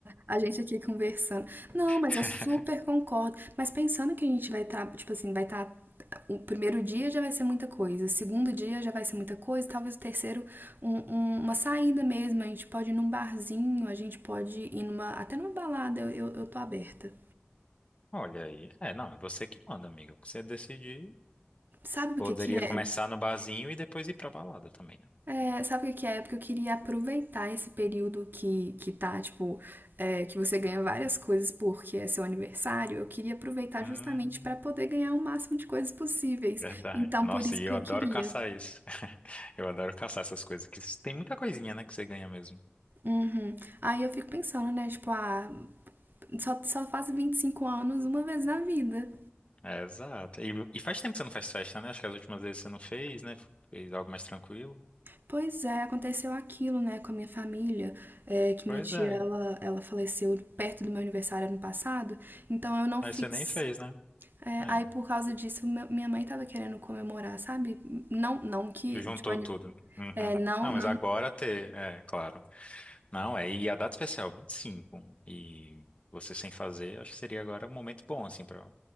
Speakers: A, on the right; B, on the left.
A: a, a gente aqui conversando. Não, mas
B: <laughs>
A: eu super concordo. Mas pensando que a gente vai estar, tipo assim, vai estar. o primeiro dia já vai ser muita coisa, o segundo dia já vai ser muita coisa, talvez o terceiro, um- um- uma saída mesmo. A gente pode ir num barzinho, a gente pode ir numa, até numa balada, eu, eu, eu tô aberta.
B: Olha aí. É, não, é você que manda, amigo. O que você decidir.
A: Sabe
B: Poderia
A: o que que é?
B: começar no barzinho e depois ir pra balada também, né?
A: É, sabe o que que é? Porque eu queria aproveitar esse período que, que tá, tipo, é, que você ganha várias coisas porque é seu aniversário. Eu queria aproveitar
B: Hum,
A: justamente para poder ganhar o máximo de coisas possíveis.
B: verdade.
A: Então,
B: Nossa,
A: por isso
B: e
A: que
B: eu
A: eu
B: adoro
A: queria.
B: caçar isso. <laughs> Eu adoro caçar essas coisas. Que tem muita coisinha, né, que você ganha mesmo.
A: Uhum. Aí eu fico pensando, né? Tipo, ah, só, só faz 25 anos uma vez na vida.
B: É, exato. E, e faz tempo que você não faz festa, né? Acho que as últimas vezes você não fez, né? Fez algo mais tranquilo.
A: Pois é, aconteceu aquilo, né, com a minha família, é, que
B: Pois
A: minha tia,
B: é.
A: ela, ela faleceu perto do meu aniversário ano passado, então eu não
B: Mas
A: fiz
B: você nem fez, né?
A: É,
B: É.
A: aí por causa disso, meu- minha mãe tava querendo comemorar, sabe? Não, não que,
B: Que juntou
A: tipo, ani-
B: tudo. Uhum.
A: é, não,
B: Não,
A: não,
B: mas agora ter. É, claro. Não, é. E a data especial, 25. E cinco. E você sem fazer, acho que seria agora um momento bom, assim, pra